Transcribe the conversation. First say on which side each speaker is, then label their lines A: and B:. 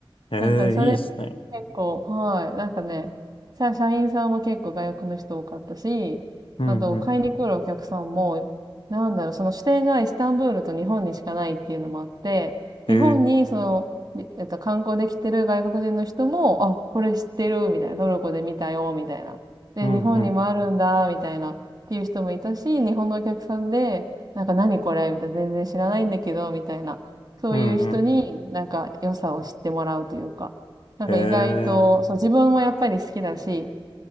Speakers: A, on the left; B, on the right.
A: ー、ええー、
B: なんかそれ
A: いいですね。
B: 結構、はい。なんかね、さ、社員さんも結構外国の人多かったし、
A: うんうん。
B: あと、買いに来るお客さんも、なんだろう、その支店がイスタンブールと日本にしかないっていうのもあって、
A: ええー、
B: 日本にその、りえっと、観光できてる外国人の人も、あ、これ知ってる、みたいな、トルコで見たよ、みたいな。で、
A: うんうん。
B: 日本にもあるんだ、みたいな、っていう人もいたし、日本のお客さんで、なんか何これ、みたいな、全然知らないんだけど、みたいな。そういう人になんか良さを知ってもらうというか、
A: うんうん。
B: なんか意外と、
A: ええー、
B: そう、自分もやっぱり好きだし、